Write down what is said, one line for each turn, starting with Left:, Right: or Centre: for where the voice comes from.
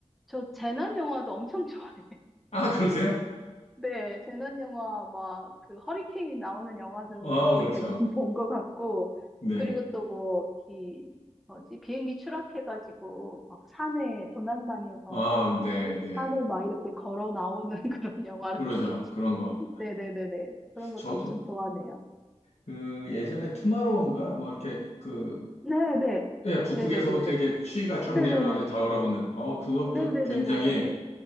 Centre: 저 재난 영화도 엄청 좋아해요.
Left: 아, 그러세요?
Centre: 네, 재난 영화 막 그 허리케인 나오는 영화들은
Left: 아,
Centre: 거의
Left: 그렇죠.
Centre: 대부분 본 것 같고
Left: 네.
Centre: 그리고 또 뭐 기 뭐지 비행기 추락해가지고 막 산에 조난당해서
Left: 아, 네,
Centre: 그
Left: 네.
Centre: 산을 막 이렇게 걸어 나오는 <laughs> 그런 영화라든지
Left: 그러죠. 그런 거.
Centre: 네네네네 그런 것도
Left: 저도
Centre: 엄청 좋아하네요.
Left: 그 예전에 투마로우인가 뭐 이렇게 그
Centre: 네네
Left: 예, 북극에서부터
Centre: 네네네네
Left: 이렇게 추위가 쭉
Centre: 네네네
Left: 내려와서 다 얼어붙는, 어, 그것도
Centre: 네네네네네
Left: 굉장히,